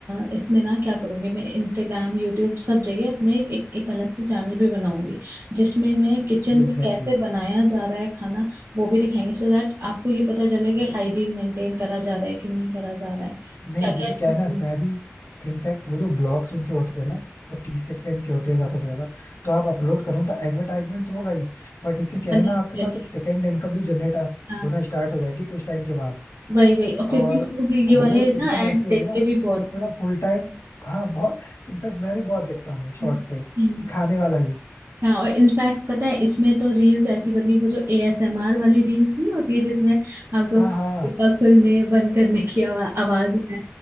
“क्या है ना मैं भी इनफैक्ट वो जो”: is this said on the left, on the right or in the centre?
Left